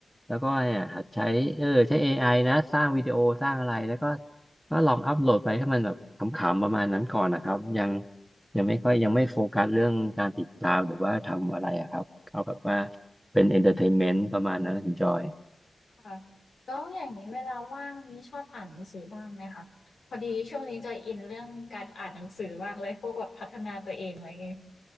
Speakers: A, in the centre; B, on the left.
A: แล้วก็เนี่ยหัดใช้เออใช้ AI นะสร้างวิดีโอสร้างอะไรแล้วก็ก็ลองอัพโหลดไปให้มันแบบขำๆประมาณนั้นก่อนนะครับยังยังไม่ค่อยยังไม่โฟกัสเรื่องการติดตามหรือว่าทำอะไรอะครับเอาแบบว่าเป็นเอนเตอร์เทนเมนต์ประมาณนั้นคุณจอย
B: ค่ะแล้วอย่างนี้เวลาว่างนี้ชอบอ่านหนังสือบ้างไหมคะพอดีช่วงนี้จะอินเรื่องการอ่านหนังสือมากเลยพวกแบบพัฒนาตัวเองอะไรงี้